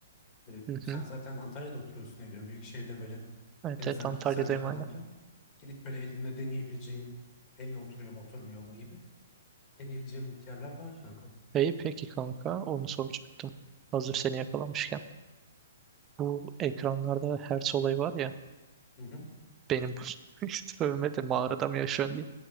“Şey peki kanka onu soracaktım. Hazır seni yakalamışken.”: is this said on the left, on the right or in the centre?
Right